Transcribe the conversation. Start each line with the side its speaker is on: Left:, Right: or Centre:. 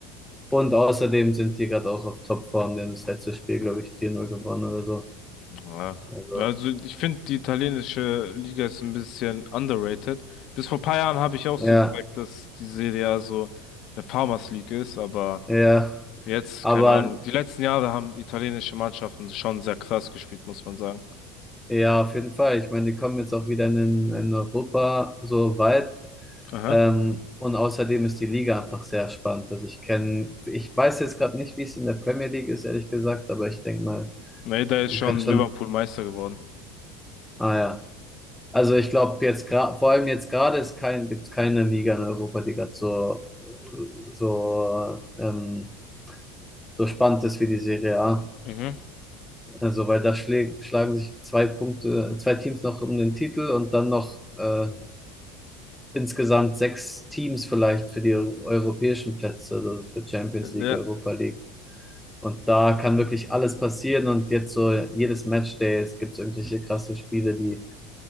Centre: Und außerdem sind die gerade auch auf Topform. Die haben das letzte Spiel, glaube ich, 4-0 gewonnen oder so.
Left: Ja.
Centre: Also,
Left: Also ich finde, die italienische Liga ist ein bisschen underrated. Bis vor ein paar Jahren habe ich auch so
Centre: ja,
Left: gesagt, dass die Serie A so eine Farmers League ist, aber
Centre: ja.
Left: jetzt,
Centre: Aber
Left: keine Ahnung. Die letzten Jahre haben italienische Mannschaften schon sehr krass gespielt, muss man sagen.
Centre: Ja, auf jeden Fall. Ich meine, die kommen jetzt auch wieder in, in Europa so weit.
Left: Aha.
Centre: Ähm, und außerdem ist die Liga einfach sehr spannend. Also ich kenne, ich weiß jetzt gerade nicht, wie es in der Premier League ist, ehrlich gesagt, aber ich denke mal,
Left: Nee, da ist
Centre: man
Left: schon
Centre: kann schon,
Left: Liverpool Meister geworden.
Centre: ah ja. Also ich glaube jetzt gerade, vor allem jetzt gerade ist kein, gibt's keine Liga in Europa, die gerade so, so, ähm, so spannend ist wie die Serie A.
Left: Mhm.
Centre: Also weil da schläg, schlagen sich zwei Punkte, äh, zwei Teams noch um den Titel und dann noch äh, insgesamt sechs Teams vielleicht für die europäischen Plätze, also für Champions
Left: Ja.
Centre: League, Europa League. Und da kann wirklich alles passieren. Und jetzt so jedes Matchday, es gibt irgendwelche krasse Spiele, die